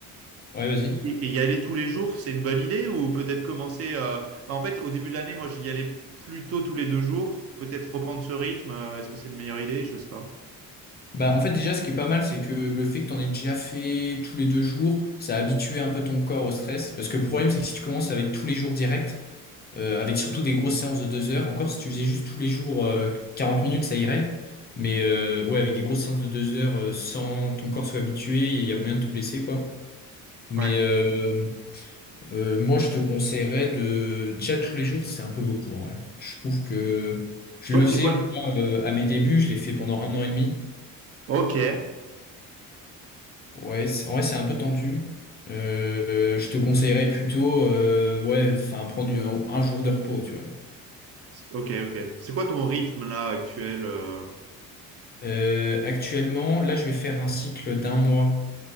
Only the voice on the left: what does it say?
ouais, vas-y.
Bah, en fait, déjà, ce qui est pas mal, c'est que le fait que t'en aies déjà fait tous les deux jours, ça a habitué un peu ton corps au stress. Parce que le problème, c'est que si tu commences avec tous les jours directs, euh, avec surtout des grosses séances de deux heures. Encore, si tu faisais juste tous les jours euh, 40 minutes, ça irait. Mais euh, ouais, avec des grosses séances de deux heures, euh, sans ton corps soit habitué, il y a moyen de te blesser, quoi. Mais
euh, euh, moi, je te conseillerais de... Déjà, tous les jours, c'est un peu beaucoup, en vrai. Je trouve que je
le faisais,
moi, euh, à mes débuts, je l'ai fait pendant un an et demi.
Ouais, c'est- en vrai, c'est un peu tendu. Euh, euh, je te conseillerais plutôt, euh, ouais, enfin, prendre un un jour de repos, tu vois.
Euh, actuellement, là, je vais faire un cycle d'un mois